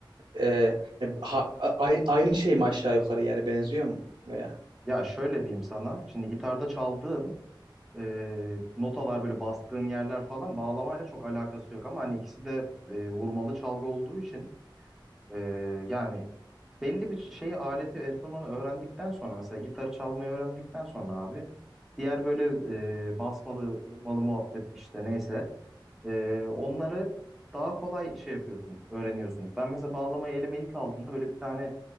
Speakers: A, on the right; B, in the centre.
A: e, e, ha- a- aynı, şey mi aşağı yukarı yani benziyor mu veya?
B: ya şöyle diyeyim sana. Şimdi gitarda çaldığım e, notalar böyle bastığın yerler falan bağlamayla çok alakası yok. Ama hani ikisi de e, vurmalı çalgı olduğu için e, yani belli bir şeyi aleti enstrümanı öğrendikten sonra mesela gitarı çalmayı öğrendikten sonra abi diğer böyle e, basmalı vurmalı muhabbet işte neyse Ee, onları daha kolay şey yapıyorsun, öğreniyorsun. Ben mesela bağlamayı elime ilk aldığımda böyle bir tane